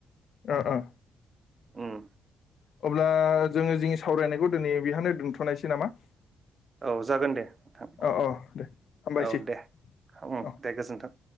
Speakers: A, on the left (about 60°); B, on the right (about 35°).
A: ओ ओ
B: उम
A: अब्ला जोङो जोंनि सावरायनायखौ दिनै बेहायनो दोन्थ'नायसै नामा
B: औ जागोन दे नोंथां
A: अ अ दे हामबायसै
B: औ दे
A: औ
B: दे गोजोनथों